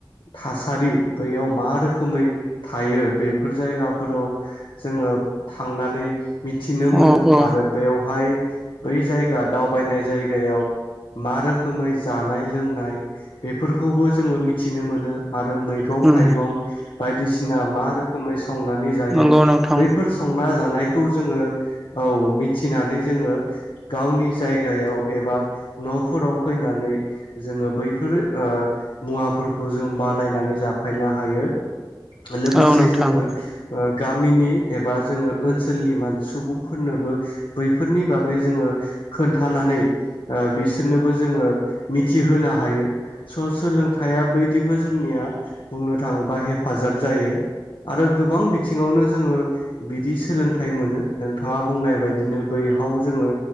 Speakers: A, on the left; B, in the centre.
A: थासारि बैयाव मा रोखोमै थायो बेफोर जायगाफोराव जोङो थांनानै मिथिनो मोनो
B: औ औ
A: आरो बेवहाय बै जायगा दावबायनाय जायगायाव मा रोखोमै जानाय लोंनाय बेफोरखौबो जोङो मिथि मिथिनो मोनो आरो मैगं
B: उम
A: थाइगं बायदिसिना मा रोखोमै संनानै जायो
B: नंगौ नोंथां
A: बैफोर संना जानाय खौ जोङो औ मिथिनानै जोङो गावनि जायगायाव एबा न'फोराव फैनानै जोङो बैफोर ओ मुवा खौ जों बानायनानै जाफायनो हायो लोगोसे
B: औ नोंथां
A: जोङो
B: औ
A: ओ गामिनि एबा जोङो ओनसोलनि सुबुंफोरनोबो बैफोरनि बागै जोङो खोन्थानानै ओ बिसोरनोबो जोङो मिथिहोनो हायो स' सोलों थाया बै बिदिबो जोंनिया बुंनो थाङोबा हेफाजाब जायो आरो गोबां बिथिङावनो जोङो बिदि सोलोंथाइ मोनो नोंथाङा बुंनाय बायदिनो बै थाव जोङो